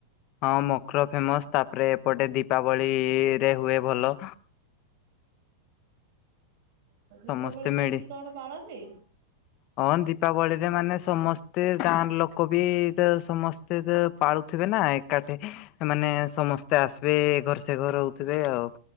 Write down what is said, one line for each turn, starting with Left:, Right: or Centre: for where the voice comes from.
Left: ହଁ ମକ୍ର ଫେମସ୍ ତାପରେ ଏପଟେ ଦୀପାବଳିରେ ହୁଏ ଭଲ।
Right: ତ ଦୀପାବଳି
Left: ସମସ୍ତେ
Right: କେମିତି
Left: ମିଳି
Right: କଣ ପାଳନ୍ତି?
Left: ହଁ ଦୀପାବଳିରେ ମାନେ ସମସ୍ତେ ଗାଁର ଲୋକ ବି ତ ସମସ୍ତେ ତ ପାଳୁଥିବେ ନା। କାଟି ମାନେ ସମସ୍ତେ ଆସିବେ ଏଘର ସେଘର ହଉଥିବେ ଆଉ।